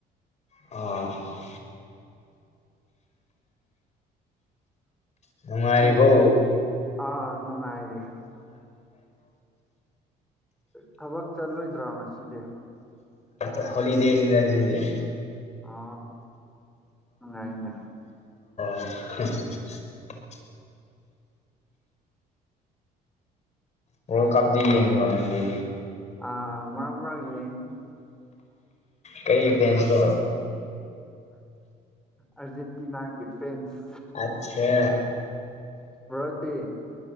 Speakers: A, on the left; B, in the centre.
A: ꯑ ꯅꯨꯡꯉꯔꯤ
B: ꯉꯁꯤ
A: ꯐ
B: ꯑꯥ ꯅꯨꯡꯉꯥꯏꯔꯤ ꯊꯕꯛ ꯆꯠꯂꯣꯏꯗ꯭ꯔꯣ ꯉꯁꯤꯗꯤ
A: ꯑ ꯍꯣꯂꯤꯗꯦ ꯍꯗ
B: ꯑ ꯉꯏꯅꯦ
A: ꯎꯝ ꯋꯥꯔꯜ ꯀꯞꯗꯤ ꯌꯦꯡꯉꯣ ꯅꯪꯦ
B: ꯑꯥ ꯃꯥ ꯃꯥ ꯌꯦ
A: ꯀꯔꯤ ꯐꯁꯣ
B: ꯑꯔꯖꯦꯟꯇꯤꯅꯥꯒꯤ ꯐ꯭ꯔꯦꯟꯁ
A: ꯑꯠꯆꯥ
B: ꯁ꯭ꯃꯗꯤ